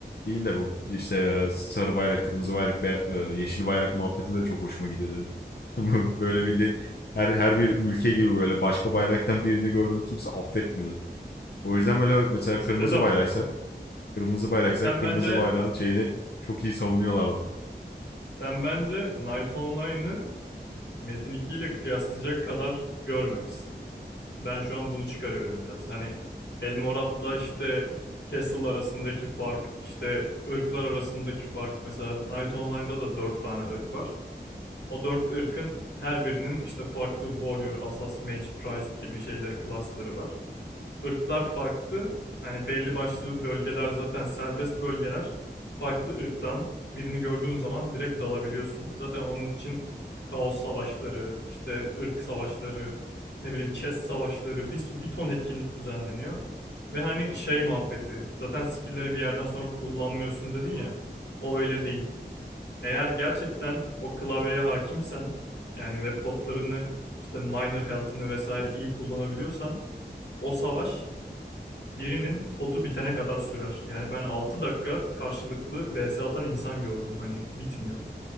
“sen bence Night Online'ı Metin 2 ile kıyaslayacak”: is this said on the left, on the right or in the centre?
Left